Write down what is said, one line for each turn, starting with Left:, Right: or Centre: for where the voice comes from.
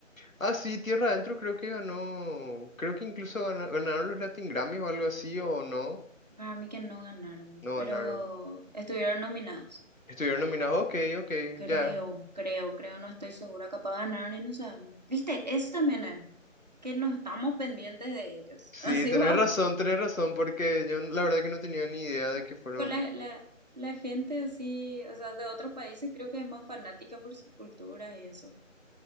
Left: Ah, sí, Tierra Adentro creo que ganó, creo que incluso gana- ganaron los Latin Grammys o algo así, o no,
Right: para mí que no ganaron,
Left: no
Right: pero
Left: ganaron.
Right: estuvieron nominados.
Left: Estuvieron nominados, ok, ok,
Right: Creo,
Left: ya.
Right: creo, creo, no estoy segura, capaz ganaron y no sabemos. ¿Viste? Eso también es. que no estamos pendientes de ellos.
Left: Sí,
Right: <laughs> Así
Left: tenés
Right: vos,
Left: razón, tenés razón, porque yo la verdad que no tenía ni idea de que fueron...
Right: tipo, la, la, la gente así, o sea, de otros países creo que es más fanática por sus culturas y eso.